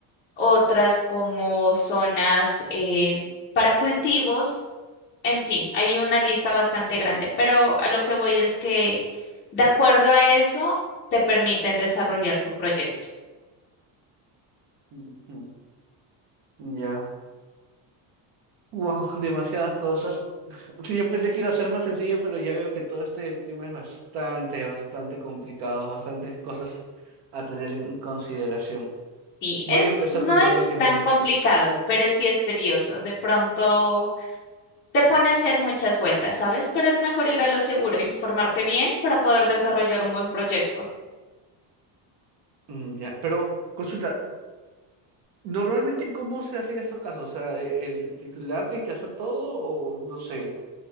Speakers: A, on the left; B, on the right.
A: otras como zonas eh, para cultivos, en fin, hay una lista bastante grande, pero a lo que voy es que de acuerdo a eso te permiten desarrollar tu proyecto.
B: Ujú, Ya. Wow, demasiadas cosas. Sí, yo pensé que iba a ser más sencillo, pero ya veo que todo este tema es bastante, bastante complicado, bastantes cosas a tener en consideración.
A: Sí,
B: Voy
A: es,
B: a empezar
A: no
B: con todo
A: es
B: lo que me
A: tan
B: dices.
A: complicado, pero sí es tedioso. De pronto te pone a hacer muchas vueltas, ¿sabes? Pero es mejor ir a lo seguro, informarte bien para poder desarrollar un buen proyecto.
B: Mm, Ya, pero consulta, ¿normalmente cómo se hacen estos casos? O sea, ¿e- ¿el titular tiene que hacer todo o no sé,